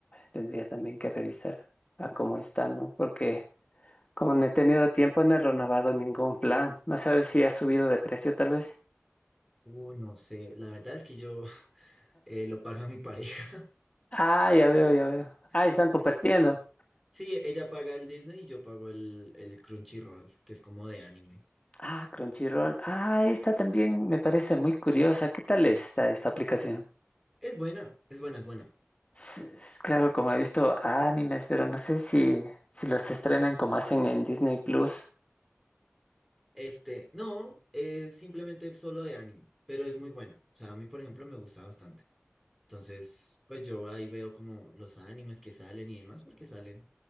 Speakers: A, on the left (about 30°); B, in the centre.
A: Tendría también que revisar a cómo están, ¿no? Porque Como no he tenido tiempo, no he renovado ningún plan. No sabes si ha subido de precio, tal vez.
B: Uh, no sé, la verdad es que yo <laughs> eh, lo paga mi pareja.
A: Ah, ya veo, ya veo. Ah,
B: <laughs>
A: están compartiendo.
B: Sí, Sí, ella paga el Disney y yo pago el, el Crunchyroll, que es como de anime.
A: Ah, Crunchyroll. Ah, esta también me parece muy curiosa. ¿Qué tal está esta aplicación?
B: Es buena, es buena, es buena.
A: S- s- Claro, como he visto animes, pero no sé si, si los estrenan como hacen en Disney Plus.
B: Este, no, es simplemente solo de anime, pero es muy buena. O sea, a mí, por ejemplo, me gusta bastante. Entonces, pues yo ahí veo como los animes que salen y demás, porque salen